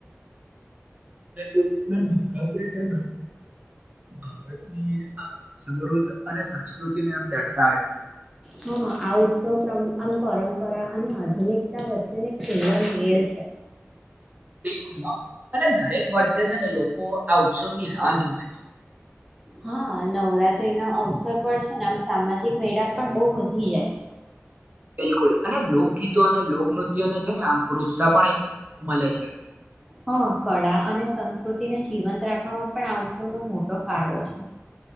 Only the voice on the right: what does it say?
<unintelligible> નવરાત્રિ છે ન ભારતની આમ સમૃદ્ધ અને સંસ્કૃતિને આમ દર્શા
બિલકુલ હ. અને દરેક વર્ષે છે ને લોકો આ ઉત્સવની રાહ જોવે છે.
બિલકુલ. અને લોકગીતો અને લોકનૃત્યને છે ને આમ પ્રોત્સાહ પણ એક મલે છે.